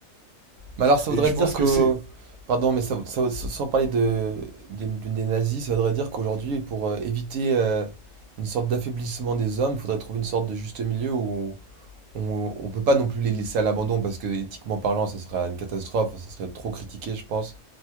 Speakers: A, on the right (about 75°); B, on the right (about 45°).
A: Mais alors, ça
B: Et
A: voudrait
B: je
A: dire
B: pense
A: que.
B: que c'est,
A: Pardon, mais ça, ça- sans parler de, d'une- des nazis, ça voudrait dire qu'aujourd'hui, pour euh, éviter euh, une sorte d'affaiblissement des hommes, il faudrait trouver une sorte de juste milieu où on ne peut pas non plus les laisser à l'abandon parce que éthiquement parlant, ça serait une catastrophe, ça serait trop critiqué, je pense.